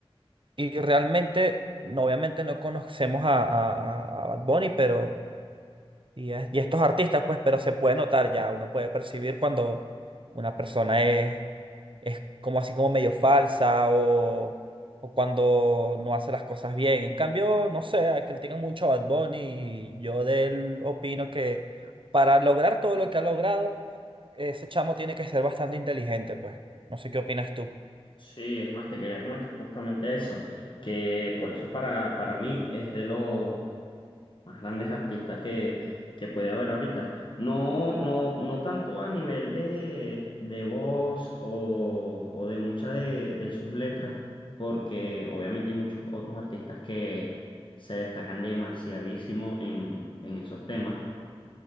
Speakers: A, on the right (about 60°); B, on the left (about 55°).
A: Y realmente, no, obviamente no conocemos a, a, a- Bad Bunny, pero, y, a- y a estos artistas, pues, pero se puede notar ya, uno puede percibir cuando una persona es, es como así como medio falsa o, o cuando no hace las cosas bien. En cambio, no sé, critican mucho a Bad Bunny y yo de él opino que para lograr todo lo que ha logrado, ese chamo tiene que ser bastante inteligente, pues. No sé qué opinas tú.
B: Sí, es más, te quería comentar justamente eso, que por eso para, para mí es de los más grandes artistas que, que puede haber ahorita. No, no, no tanto a nivel de, de voz o, o de muchas de, de sus letras, porque obviamente hay muchos otros artistas que se destacan demasiadísimo en, en esos temas,